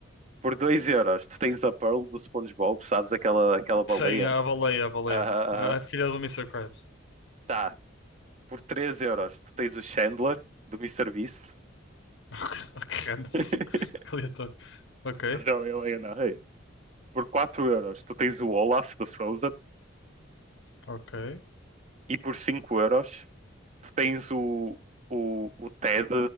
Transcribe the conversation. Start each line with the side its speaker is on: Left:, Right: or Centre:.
Right: Por dois euros, tu tens a Pearl do SpongeBob, sabes aquela, aquela baleia?
Left: Sim, a baleia, a baleia.
Right: Aham,
Left: A,
Right: aham.
Left: a filha do Mister Krabs.
Right: Tá. Por três euros, tu tens o Chandler do Mister Beast.
Left: <laughs> Que random.
Right: <laughs>
Left: Que Aleatório. <laughs> Ok,
Right: Mas ele, ele é na rei. Por quatro euros, tu tens o Olaf do Frozen.
Left: ok.
Right: E por cinco euros, tu tens o, o, o Ted,